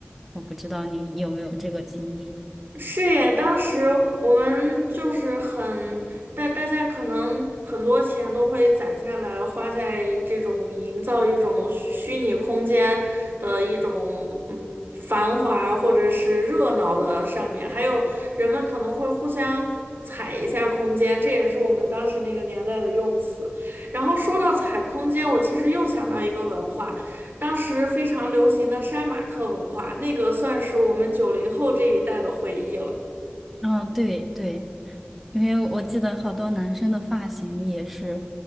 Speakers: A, in the centre; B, on the right (about 45°).
A: 我不知道你有没有这个经历。
B: 是耶，当时我们就是很，大大家可能很多钱都会攒下来，花在这种营造一种虚拟空间的一种嗯繁华或者是热闹的上面，还有人们可能会互相踩一下空间，这也是我们当时那个年代的用词。然后说到踩空间，我其实又想到一个文化。当时非常流行的杀马特文化，那个算是我们九零后这一代的回忆了。
A: 啊，对对，因为我记得好多男生的发型也是